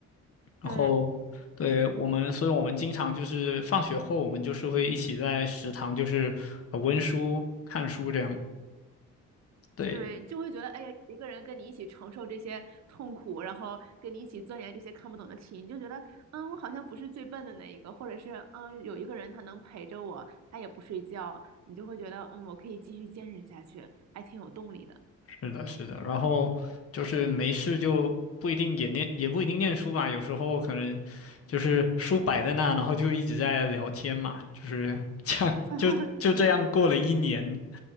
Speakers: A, on the left; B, on the right.
A: 然后对我们，
B: 对，
A: 所以我们经常就是放学后，我们就是会一起在食堂就是呃温书看书这样，对，
B: 对，你就会觉得，哎呀，一个人跟你一起承受这些痛苦，然后跟你一起钻研这些看不懂的题，你就觉得，嗯，我好像不是最笨的那一个，或者是，嗯，有一个人他能陪着我，他也不睡觉，你就会觉得，嗯，我可以继续坚持下去，还挺有动力的。
A: 是的，是的，然后就是没事就不一定也念，也不一定念书吧，有时候可能就是书摆在那，然后就一直在聊天嘛，就是这样，
B: <laughs>
A: 就就这样过了一年，
B: 对，